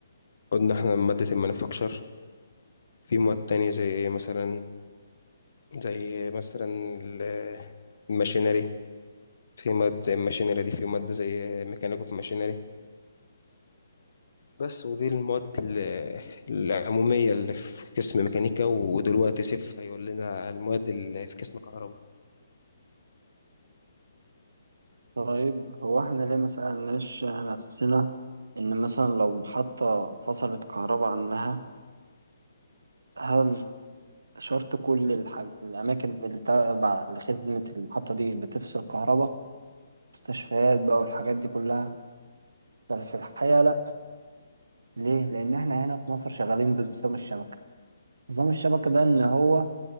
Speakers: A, on the left; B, on the right.
A: قلنا احنا مادة المانيفاكتشر في مواد تانية زي مثلا زي مثلا ال- الماشينري في مواد زي الماشينري دي في مادة زي ميكانيكا في ماشينري بس ودي المواد ال- العمومية اللي في قسم ميكانيكا ودلوقتي سيف هيقول لنا المواد اللي في قسم كهرباء
B: طيب هو احنا ليه ما سألناش نفسنا إن مثلا لو محطة فصلت كهرباء عنها هل شرط كل الحاج... الأماكن اللي تابعة لخدمة المحطة دي بتفصل كهرباء مستشفيات بقى والحاجات دي كلها بل في الحقيقة لأ ليه؟ لأن احنا هنا في مصر شغالين بنظام الشبكة نظام الشبكة ده إن هو